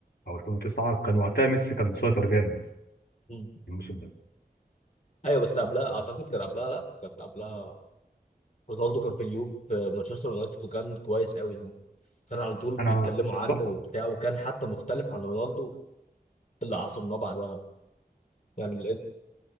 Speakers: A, on the left; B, on the left.
A: او 2009 وكان وقتها ميسي كان مسيطر جامد
B: مم.
A: الموسم ده
B: ايوه بس قبلها اعتقد كان قبلها لا كان قبلها رونالدو كان في اليوف في مانشستر يونايتد وكان كويس قوي يعني كان على طول
A: انا
B: بيتكلموا عنه
A: صح
B: وبتاع وكان حتى مختلف عن رونالدو اللي عصرناه بعدها يعني